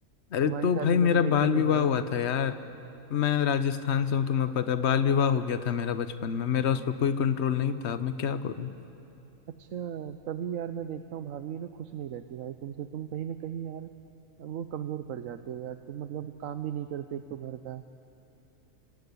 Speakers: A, on the left; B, on the right.
A: अरे
B: तुम्हारी
A: तो
B: शादी
A: भाई मेरा
B: मैंने देखी
A: बाल विवाह
B: थी भाई
A: हुआ था यार मैं राजस्थान से हूँ तुम्हें पता है बाल विवाह हो गया था मेरा बचपन में मेरा उस पर कोई कंट्रोल नहीं था अब मैं क्या करूँ
B: अच्छा तभी यार मैं देखता हूँ भाभी ना खुश नहीं रहती भाई तुमसे तुम कहीं ना कहीं यार वो कमजोर पड़ जाते हो यार तुम मतलब काम भी नहीं करते एक तो घर का